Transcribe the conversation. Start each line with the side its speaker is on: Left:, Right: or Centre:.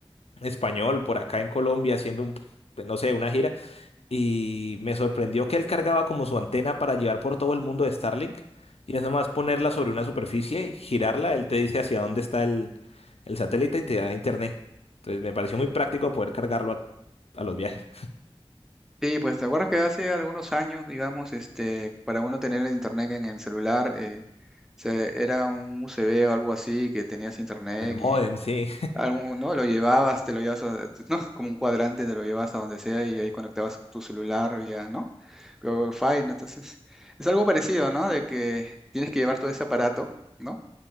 Left: español por acá en Colombia haciendo un, pues, no sé, una gira y me sorprendió que él cargaba como su antena para llevar por todo el mundo de Starlink y es nomás ponerla sobre una superficie, girarla, él te dice hacia dónde está el, el satélite y te da internet. Entonces me pareció muy práctico poder cargarlo a, a los viajes.
Centre: Sí, pues te acuerdas que hace algunos años, digamos, este, para uno tener internet en el celular, eh, se- era un USB o algo así que tenías internet
Left: El
Centre: y
Left: módem, sí.
Centre: algún, ¿no? Lo llevabas, te lo llevas a- <laughs> ¿no? Como un cuadrante, te lo llevas a donde sea y ahí conectabas tu celular vía, ¿no? Vía Wi-Fi, ¿no? Entonces, es algo parecido, ¿no? De que tienes que llevar todo ese aparato, ¿no?